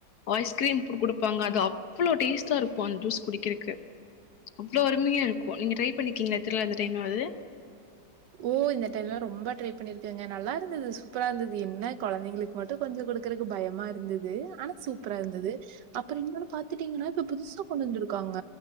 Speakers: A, on the left; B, on the right.
A: ஐஸ்கிரீம் குடுப்பாங்க அது அவ்வளவு டேஸ்ட்டா இருக்கும் அந்த ஜூஸ் குடிக்கிறதுக்கு அவ்வளவு அருமையா இருக்கும் நீங்க ட்ரை பண்ணிக்கீங்களா திருவிழா அந்த டைம்ளாவது
B: ஓ இந்த டைம்லாம் ரொம்ப ட்ரை பண்ணிருக்காங்க நல்லா இருந்தது சூப்பரா இருந்தது என்ன குழந்தைங்களுக்கு மட்டும் கொஞ்சோ கொடுக்குறக்கு பயமா இருந்தது ஆனா சூப்பரா இருந்தது அப்புறம் இன்னொன்ன பாத்துட்டீங்கன்னா இப்ப புதுசா கொண்டு வந்துருக்காங்க